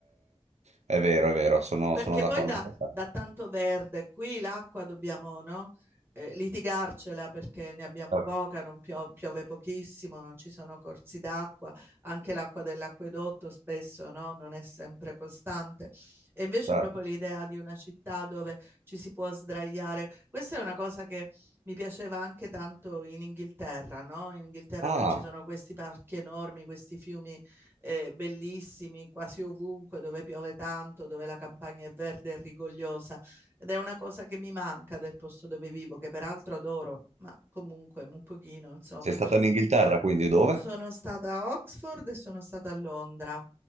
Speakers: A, on the right; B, on the right.
A: è vero, è vero, sono,
B: Perché
A: sono d'accordo
B: poi da,
A: con te.
B: da tanto verde, qui l'acqua dobbiamo, no? eh, litigarcela perché ne abbiamo
A: Certo,
B: poca, non pio- piove pochissimo, non ci sono corsi d'acqua, anche l'acqua dell'acquedotto spesso, no? Non è sempre costante. E invece
A: certo.
B: proprio l'idea di una città dove ci si può sdraiare, questa è una cosa che mi piaceva anche tanto in Inghilterra, no? In Inghilterra
A: Ah,
B: dove ci sono questi parchi enormi, questi fiumi eh, bellissimi quasi ovunque, dove piove tanto, dove la campagna è verde e rigogliosa. Ed è una cosa che mi manca del posto dove vivo, che peraltro adoro, ma comunque un pochino, insomma,
A: sei stata in Inghilterra, quindi dove?
B: sono stata a Oxford e sono stata a Londra.